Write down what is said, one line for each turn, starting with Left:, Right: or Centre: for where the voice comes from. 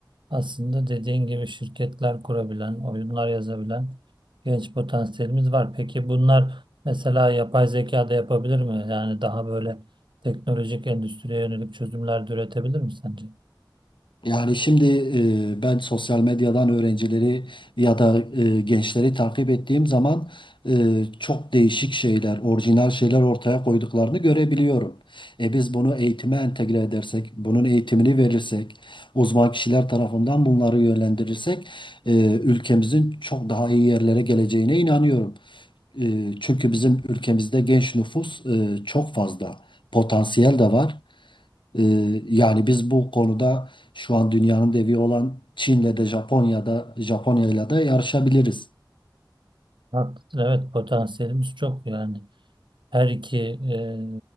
Right: aslında dediğin gibi şirketler kurabilen, oyunlar yazabilen genç potansiyelimiz var. Peki bunlar mesela yapay zeka da yapabilir mi? Yani daha böyle teknolojik endüstriye yönelik çözümler de üretebilir mi sence?
Left: Yani şimdi e, ben sosyal medyadan öğrencileri ya da e, gençleri takip ettiğim zaman e, çok değişik şeyler, orijinal şeyler ortaya koyduklarını görebiliyorum. E biz bunu eğitime entegre edersek, bunun eğitimini verirsek, uzman kişiler tarafından bunları yönlendirirsek e, ülkemizin çok daha iyi yerlere geleceğine inanıyorum. E, çünkü bizim ülkemizde genç nüfus e, çok fazla, potansiyel de var. Ee, yani biz bu konuda şu an dünyanın devi olan Çin'le de Japonya'da Japonya'yla da yarışabiliriz.
Right: Haklısın. Evet potansiyelimiz çok yani. Her iki e,